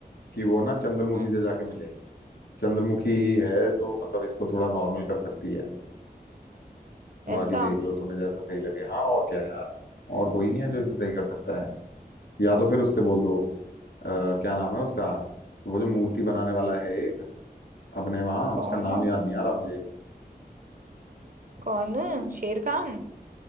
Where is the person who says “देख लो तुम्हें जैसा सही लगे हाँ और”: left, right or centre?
Left